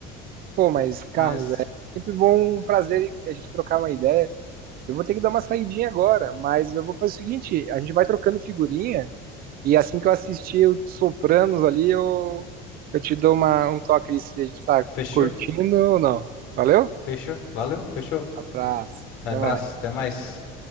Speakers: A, on the right (about 50°); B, on the left (about 75°).
A: Pô, mas Carlos,
B: Mas,
A: é sempre bom, um prazer a gente trocar uma ideia. Eu vou ter que dar uma saidinha agora, mas eu vou fazer o seguinte: a gente vai trocando figurinha e assim que eu assistir o Sopranos ali, eu, eu te dou uma, um toque ali se a gente tá
B: fechou?
A: curtindo ou não. Valeu?
B: Fechou? Valeu? Fechou?
A: Abraço,
B: Abraço,
A: até mais.
B: até mais.